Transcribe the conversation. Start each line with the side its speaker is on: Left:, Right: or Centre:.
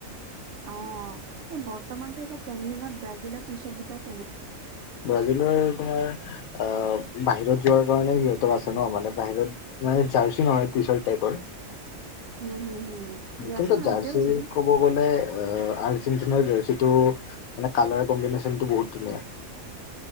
Right: অ', এই বৰ্তমানটো এতিয়া ট্ৰেণ্ডিঙত ব্ৰাজিলৰ টি চাৰ্ট কেইটা চলি
Left: ব্ৰাজিলৰ তোমাৰ আহ বাহিৰত যোৱাৰ কাৰণে সিহঁতৰ আছে ন। মানে বাহিৰত মানে জাৰ্চি নহয় টি চাৰ্ত ট্ৰাইপৰ।
Right: উম, হম, হম জাৰ্ছি
Left: কিন্তু
Right: নহয়
Left: জাৰ্চি
Right: সেইটোৱেই কৈছোঁ।
Left: ক'ব গ'লে আৰ্জেণ্টিনাৰ জাৰ্চিটো মানে কালাৰ কম্বিনেশ্বনটো বহুত ধুনীয়া।